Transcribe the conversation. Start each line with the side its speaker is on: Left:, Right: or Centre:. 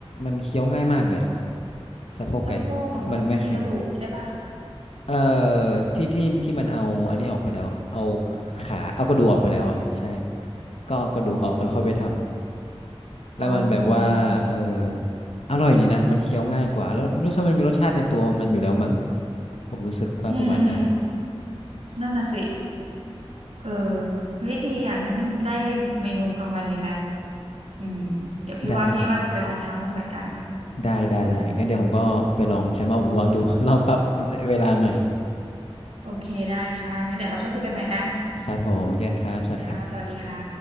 Left: มันเคี้ยวง่ายมากเลยอะสะโพกไก่
Right: สะโพกเหรอมันมันมีกระดูกใช่ปะ
Left: มันไม่แข็งเอ่อที่ที่ที่มันเอาอันนี้ออกไปแล้วเอาขาเอากระดูกออกไปแล้วอะใช่ก็เอากระดูกออกก็แล้วค่อยไปทำ
Right: อ๋อ
Left: แล้วมันแบบว่า
Right: อ๋อ
Left: เออ อร่อยดีนะ มันเคี้ยวง่ายกว่าแล้วรู้สึกมันมีรสชาติในตัวมันอยู่แล้วมั้งผมรู้สึกว่าประมาณนั้น
Right: อืมนั่นน่ะสิเออเฮ้ยดีอ่ะงั้นได้เมนูกลางวันนี้แหละอืมเดี๋ยวพี่ว่าพี่ว่าจะไปลองทำมันเหมือนกัน
Left: ได้ครับ ได้ได้ได้งั้นเดี๋ยวผมก็ไปลองใช้มาอบร้อนดู
Right: อืม
Left: <laughs> ลองปรับเวลาใหม่
Right: โอเคได้ค่ะงั้นเดี๋ยวเราค่อยคุยกันใหม่นะ
Left: ครับผมเจอกันครับสวัสดีครับ
Right: ค่ะสวัสดีค่ะ